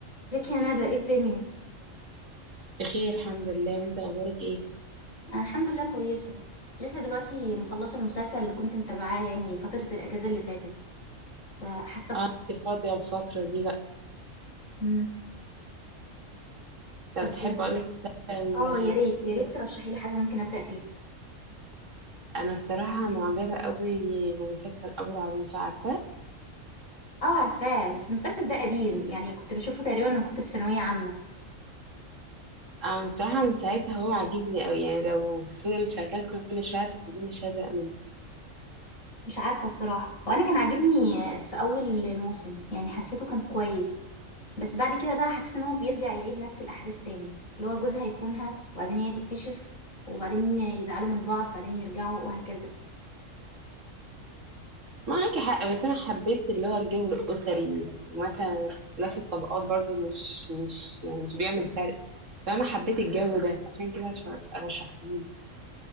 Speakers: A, on the left (about 80°); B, on the right (about 70°).
A: ازيك يا ندى ايه الدنيا
B: بخير الحمد لله وانت اخبارك ايه
A: انا الحمد لله كويسه لسه دلوقتي مخلصه المسلسل اللي كنت متابعاه يعني فتره الاجازه اللي فاتت فحاسه بف-
B: اه انت فاضيه الفتره دي بقى
A: مم.
B: طب
A: طب
B: تحب اقول لك مثلا
A: اه يا
B: تتفرجي
A: ريت يا ريت ترشحي لي حاجه ممكن ابدا فيها
B: انا الصراحه معجبه قوي بمسلسل ابو العروسه عارفاه
A: اه عارفاه بس المسلسل ده قديم يعني كنت بشوفه تقريبا وانا كنت في ثانويه عامه
B: اه الصراحه من ساعتها هو عاجبني قوي يعني لو فضل شغال كل شويه على التلفزيون مش هزهق منه
A: مش عارفه الصراحه هو انا كان عاجبني في اول موسم يعني حسيته كان كويس بس بعد كده بقى حسيت ان هو بيرجع يعيد نفس الاحداث تاني اللي هو جوزها يخونها وبعدين هي تكتشف وبعدين يزعلوا من بعض بعدين يرجعوا وهكذا
B: معاكي حق بس انا حبيت اللي هو الجو الاسري ومثلا اختلاف الطبقات برضو مش مش يعني مش بيعمل فرق فانا حبيت الجو ده عشان كده رشحته